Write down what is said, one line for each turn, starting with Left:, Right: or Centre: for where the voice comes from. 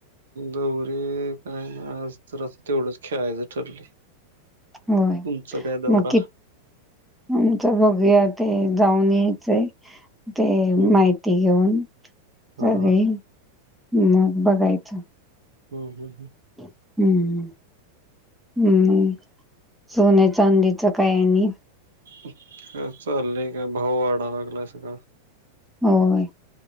Right: दौरे काय नाहि आज तर असं तेवढंच खेळायचं ठरले
Centre: होय
Right: तुमचं काय दौरा
Centre: मग कि आमचं बघूया ते जाऊन यायचंय ते
Right: हम्म
Centre: माहिती घेऊन
Right: हा
Centre: सगळी
Right: हा
Centre: मग बघायचं
Right: हो हो हो
Centre: हम्म हम्म सोन्या चांदीच काय आणी
Right: काय चाललय काय भाव वाढा लागलाय स
Centre: होय